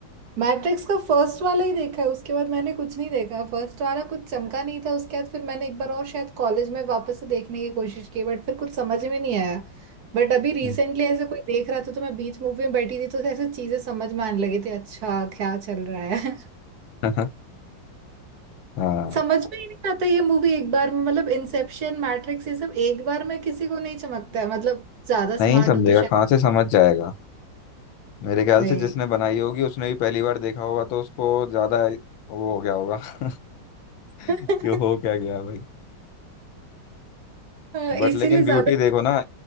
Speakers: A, on the right; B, on the left.
A: मैट्रिक्स का फर्स्ट वाला ही देखा है उसके बाद मैंने कुछ नहीं देखा फर्स्ट वाला कुछ चमका नहीं था उसके बाद फिर मैंने एक बार और शायद कॉलेज में वापस से देखने की कोशिश की बट फिर कुछ समझ में नहीं आया बट अभी रिसेंटली
B: हम्म,
A: ऐसे कोई देख रहा था तो मैं बीच मूवी में बैठी थी तो ऐसे चीजें समझ में आने लगी थी अच्छा क्या चल रहा है
B: <laughs> हाँ
A: <laughs> समझ में ही नहीं आता ये मूवी एक बार में मतलब इंसेप्शन मैट्रिक्स ये सब एक बार में किसी को नहीं चमकता है मतलब ज्यादा स्मार्ट
B: नहीं समझेगा
A: हो तो शायद
B: कहाँ से समझ जाएगा मेरे ख्याल
A: भाई
B: से जिसने बनाई होगी उसने भी पहली बार देखा होगा तो उसको ज्यादा वो हो गया होगा <laughs> कि
A: <laughs>
B: हो क्या गया भाई
A: हाँ,
B: बट
A: इसीलिए
B: लेकिन ब्यूटी
A: ज्यादा
B: देखो ना